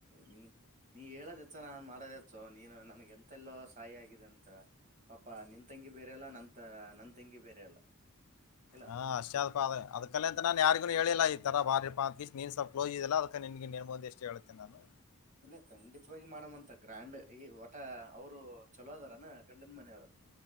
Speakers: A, on the right (about 35°); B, on the left (about 80°).
A: ನೀ ನೀ ಹೇಳದತ್ತ ನಾನ್ ಮಾಡದಚ್ಚೋ ನೀನು ನನ್ಗೆ ಎಂತೆಲ್ಲೋ ಸಾಯಿ ಆಗಿದೆ ಅಂತ ಪಾಪಾ ನಿನ್ ತಂಗಿ ಬೇರೆಲ್ಲಾ ನಂತ ನನ್ ತಂಗಿ ಬೇರೆ ಅಲ್ಲ ಇಲ್ಲ
B: ಹಾ ಅಷ್ಟ್ ಅಪಾ ಅ ಅದಕಲ್ಲಂತ ನಾನ್ ಯಾರಿಗೂ ಹೇಳಿಲ್ಲಾ ಈ ತರ ಬಾರಿ ಪಿ್ ನೀನ್ ಸ್ಲ್ಪ್್ಸ್ ಇದೆಲ್ಲ ಅದ ನಿನ್ಗೆ ನೀನ್ ಮುಂದ ಎಷ್ಟು ಹೇಳ್ೇನೆ ನಾನು
A: ಇಲ್ಲ ಖಂಡಿತವಾಗಿ ಮಾಡಮಂತ ಗ್ರ್ಯಾಂಡ್ ಈ ಒಟ ಅವರು ಚಲೋ ಅದಾರನ ಗಂಡನ ಮನೆಯವರ